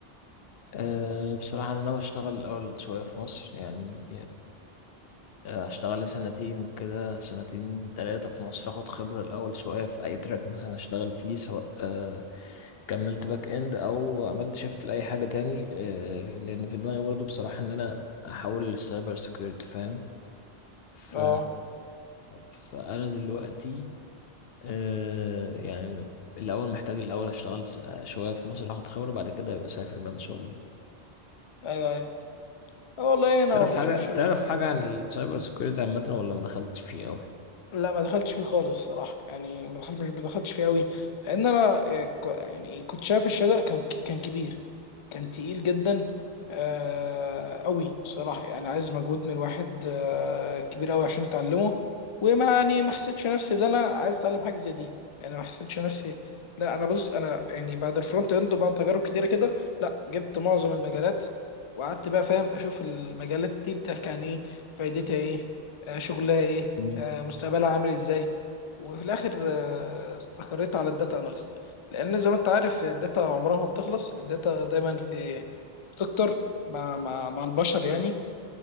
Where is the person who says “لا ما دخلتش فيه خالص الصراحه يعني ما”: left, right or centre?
Left